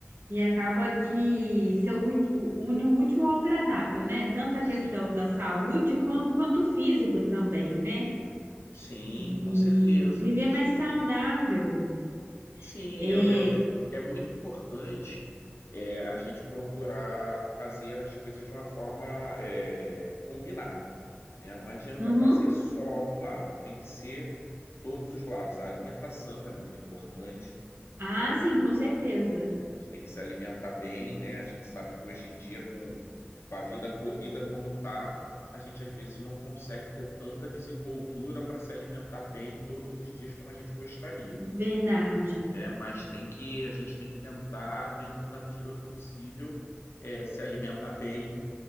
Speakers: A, on the right; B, on the left.
A: e acaba que se u- u- une o útil ao agradável, né? Tanto
B: sim,
A: a questão da saúde quan- quanto o físico também, né?
B: sim,
A: E
B: com certeza,
A: viver
B: com certeza.
A: mais saudável.
B: Sim,
A: É...
B: eu, eu- eu- é muito importante é, a gente procurar fazer as coisas de uma forma é, é, combinada, né? Não adianta
A: Uhum.
B: fazer só um lado, tem que ser todos os lados. A alimentação é muito importante.
A: Ah,
B: né?
A: sim,
B: A gente
A: com certeza.
B: tem que se alimentar bem, né? A gente sabe que hoje em dia, com com a vida corrida como tá, a gente às vezes não consegue ter tanta desenvoltura para se alimentar bem todos os dias como a gente gostaria,
A: Verdade.
B: né? Mas tem que a gente tem que tentar, dentro da medida do possível, é, se alimentar bem